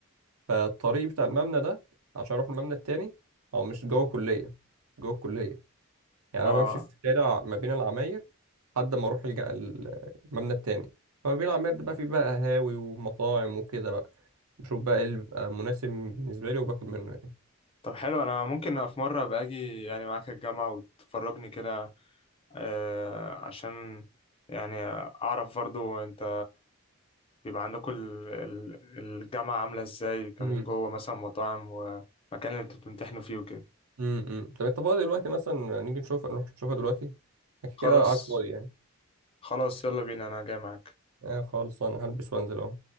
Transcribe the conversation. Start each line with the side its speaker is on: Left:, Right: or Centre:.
Right: فالطريق بتاع المبنى ده عشان اروح المبنى التاني هو مش جوه الكلية جوه الكلية يعني
Left: اه
Right: انا بمشي في شارع ما بين العماير لحد ما اروح الج- المبنى التاني فما بين العماير ده بقى فيه بقى قهاوي ومطاعم وكده بقى بشوف بقى ايه اللي بيبقى مناسب بالنسبة لي وباكل منه يعني
Left: طب حلو انا ممكن في مره ابقى اجي يعني معاك الجامعه وتفرجني كده آه، عشان يعني أعرف برضو أنت بيبقى عندكم ال- ال- الجامعة عاملة إزاي كمان
Right: امم
Left: جوه مثلا مطاعم ومكان اللي أنتوا بتمتحنوا فيه وكده
Right: امم طب انت فاضي دلوقتي مثلا نيجي نشوف نروح نشوفها دلوقتي أكيد
Left: خلاص
Right: كده كده قاعد فاضي يعني
Left: خلاص يلا بينا أنا جاي معاك
Right: آه خالص انا هلبس وانزل اهو